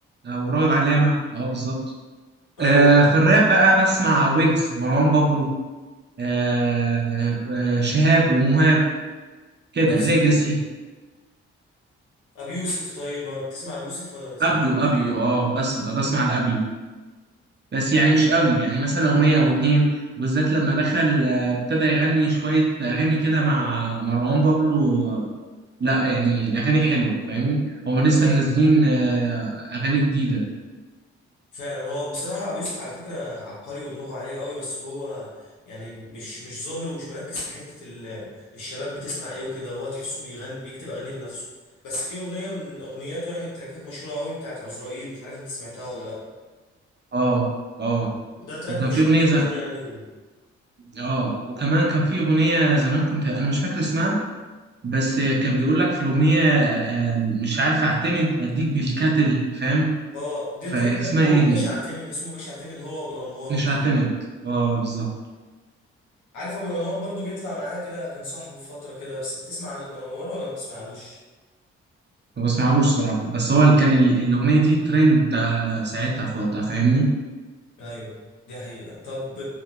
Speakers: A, on the right; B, on the left.
A: او راغب علامه اه بالظبط
B: ايوه
A: آه، في الراب بقى بسمع ويجز مروان بابلو آه، آه، شهاب ومهاب كده
B: نفس
A: ليجاسي
B: ابي يوسف طيب ما بتسمع ابي يوسف ولا ما بتحبوش
A: ابيو ابيو اه بس بسمع الابيو بس يعني مش قوي يعني مثلا أغنية أو اتنين وبالذات لما دخل آه، ابتدى يغني شوية أغاني كده مع مروان بابلو آه، لا يعني الأغاني حلوة فاهمني هو لسه
B: ايوه
A: منزلين آه، أغاني جديدة
B: فعلا هو بصراحة أبو يوسف على فكرة عبقري ودماغه عالية قوي بس هو يعني مش مش ظاهر ومش مركز في حتة ال- الشباب بتسمع إيه وكده هو تحسه بيغني بيكتب أغاني لنفسه بس في أغنية من أغنياته يعني من التراكات مشهورة قوي بتاعت عزرائيل مش عارف أنت سمعتها ولا لأ
A: اه اه
B: ده تراك
A: وكان
B: مشهور
A: في أغنية
B: جدا
A: ز...
B: يعني و...
A: اه وكمان كان في أغنية زمان كنت أنا مش فاكر اسمها بس آه، كان بيقول لك في الأغنية آه، آه، مش عارف أعتمد أديك بالكاتل فاهم
B: اه ده
A: فاسمها
B: تراك برضو
A: إيه دي
B: باشا اعتمد اسمه باشا اعتمد هو أبو الأنوار
A: مش
B: وكده
A: هعتمد اه بالظبط
B: عارف أبو الأنوار برضو بيطلع معاه كده كان صاحبه في فترة كده بس بتسمع عن أبو الأنوار ولا ما بتسمعلوش؟
A: ما بسمعلوش الصراحة بس هو اللي كان ال- الأغنية دي ترند آه، ساعتها في وقتها فاهمني
B: أيوه دي حقيقة طب